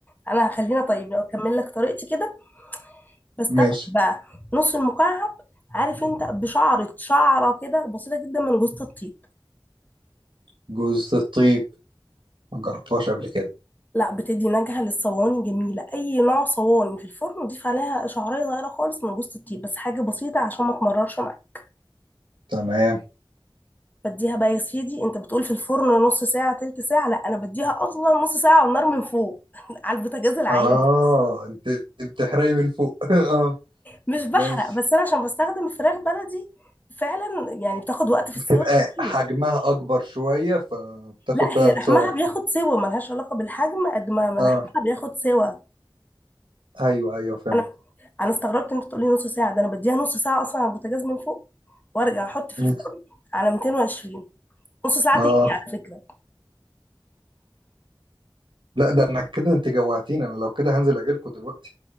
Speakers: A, on the left; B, on the right.
A: انا هخلينا طيب لو اكمل لك طريقتي كده بس
B: ماشي
A: تبقى بقى نص المكعب عارف انت بشعرة شعرة كده بسيطة جدا من جوز الطيب
B: جوز الطيب ما جربتهاش قبل كده
A: لا بتدي نكهة للصواني جميلة أي نوع صواني في الفرن وضيف عليها شعرية صغيرة خالص من جوز الطيب بس حاجة بسيطة عشان ما تمررش معاك
B: تمام
A: بديها بقى يا سيدي انت بتقول في الفرن نص ساعة تلت ساعة لا انا بديها اصلا نص ساعة على النار من فوق <laughs> على البوتاجاز العادي
B: اه انت بتحرقي من فوق <laughs> اه
A: مش بحرق
B: ماشي
A: بس انا عشان بستخدم فراخ بلدي فعلا يعني بتاخد وقت في
B: بتبقى
A: السوا كتير
B: حجمها اكبر شوية فبتاخد
A: لا
B: فعلا
A: هي لحمها
B: سوق أكتر.
A: بياخد سوا ملهاش علاقة بالحجم قد ما ما
B: اه
A: لحمها بياخد سوا
B: ايوه ايوه فهمت
A: انا انا استغربت ان انت تقولي نص ساعه ده انا بديها نص ساعه اصلا على البوتاجاز من فوق وارجع احط في
B: مم.
A: الفرن على 220 نص ساعه
B: اه
A: تقلي على فكره
B: لا ده انا كده انت جوعتيني انا لو كده هنزل اجيلكوا دلوقتي